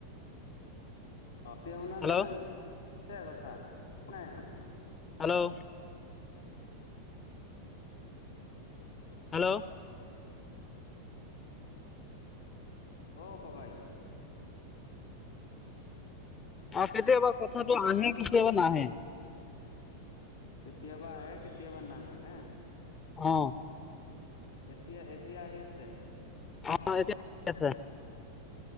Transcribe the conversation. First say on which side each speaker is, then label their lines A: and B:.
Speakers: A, on the left; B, on the left.
A: অ এতিয়া শুনা
B: হেল্ল'
A: যাই নে নাই, যে <unintelligible> কথা একো নাই
B: হেল্ল'? হেল্ল'?
A: অ ককাই? উ <inaudible>
B: অ কেতিয়াবা কথাটো আহে কেতিয়াবা নাহে।
A: কেতিয়াবা আহে কেতিয়াবা নাহে না।
B: অঁ।
A: এতিয়া এতিয়া আহি আছে।
B: অ এতিয়া ঠিক আছে।